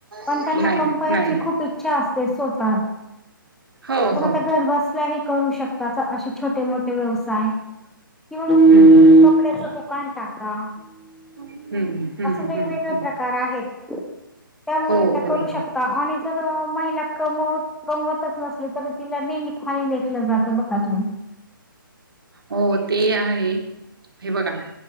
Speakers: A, in the centre; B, on the right.
A: पण
B: हम्म
A: त्यांना
B: नाही
A: कंमपायची
B: नाही नाही नाही
A: खूप इच्छा अस ते स्वतः
B: हो हो
A: पण आता घर बसल्या हे करू शकता चं असे छोटे मोठे व्यवसाय. किंवा मग तुम्ही
B: हम्म हम्म
A: कपड्याच दुकान टाका.
B: हम्म हम्म
A: असं वेगवेगळे
B: हम्म हम्म
A: प्रकार आहेत त्यामुळ
B: हो
A: त्या
B: हो
A: करू
B: हो
A: शक जर महिला कमवत कमवतच नसली तर तिला नेहमी खाली लेखलं जात बघा तुम्ही <inaudible>
B: हो ते आहे, हे बघा